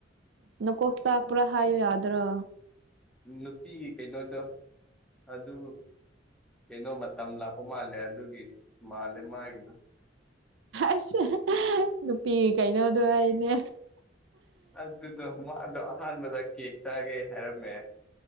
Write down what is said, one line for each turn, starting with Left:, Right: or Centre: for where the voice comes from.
Right: ꯅꯀꯣꯛ ꯆꯥꯛꯄ꯭ꯔꯥ ꯍꯥꯢꯌꯣ ꯌꯥꯗ꯭ꯔꯣ
Centre: ꯅꯨꯄꯤꯒꯤ ꯀꯩꯅꯣꯗꯣ ꯑꯗꯨ ꯀꯩꯅꯣ ꯃꯇꯝ ꯂꯥꯛꯄ ꯃꯥꯜꯂꯦ ꯑꯗꯨꯒꯤ ꯃꯥꯜꯂꯦ ꯃꯥꯒꯤꯗꯣ
Right: ꯑꯁ ꯅꯨꯄꯤ ꯀꯩꯅꯣꯗꯣ ꯍꯥꯏꯅꯦ
Centre: ꯑꯗꯨꯗꯣ ꯃꯥꯗꯣ ꯑꯍꯥꯟꯕꯗ ꯀꯦꯛ ꯆꯥꯒꯦ ꯍꯥꯏꯔꯝꯃꯦ